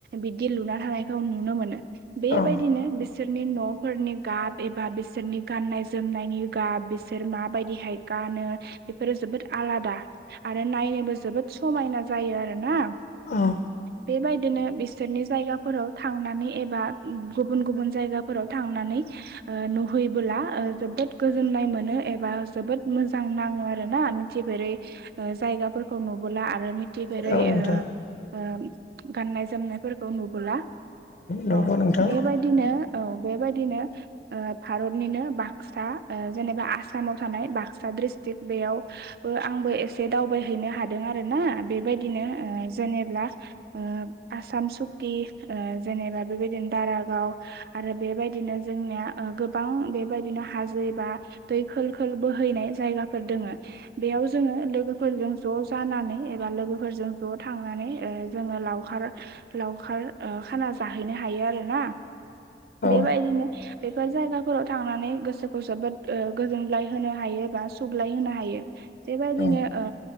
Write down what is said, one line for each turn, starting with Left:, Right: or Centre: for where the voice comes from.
Right: बिदि लुना थानायखौ नुनो मोनो बेबायदिनो
Left: औ
Right: बिसोर बिसोरनि न'फोरनि गाब एबा बिसोरनि गाननाय जोमनायनि गाब बिसोर माबायदिहाय गानो बेफोरो जोबोद आलादा आरो नायनोबो जोबोद समायना जायो आरोना।
Left: औ।
Right: बेबायदिनो बिसोरनि जायगाफोराव थांनानै एबा गुबुन गुबुन जायगाफोराव थांनानै ओ नुहैबोला जोबोद गोजोन्नाय मोनो एबा जोबोद मोजां नाङो आरो ना मिथिफेरै जायगाफोरखौ नुबोला आरो मिथिफेरै
Left: औ नोंथां
Right: ओ ओ गाननाय जोमनायफोरखौ नुबोला ।
Left: नंगौ
Right: औ
Left: नोंथां
Right: बेबायदिनो औ बेबायदिनो ओ भारतनिनो बाक्सा ओ जेनेबा आसामाव थानाय बाक्सा बाक्सा दिस्ट्रिक्ट बेयावबो आंबो एसे दावबायहैनो हादों आरो ना बेबायदिनो ओ जेनेब्ला ओ आसाम सुक्ति ओ जेनेबा बेबायदिनो दारागाव आरो बेबायदिनो जोंनिया ओ गोबां बेबायदिनो हाजो एबा दै खोल खोल बोहैनाय । जायगाफोर दोङो बेयाव जोङो लोगोफोरजों ज' जानानै एबा लोगोफोरजों ज' थांनानै ओ जोङो लावखार लावखार ओ खाना जाहैनो हायो आरो ना।
Left: औ
Right: बेबायदिनो बेफोर जायगाफोराव थांनानै गोसोखौ जोबोद ओ गोजोनगलाय होनो हायोबा सुगलाय होनो हायो बेबायदिनो
Left: औ
Right: ओ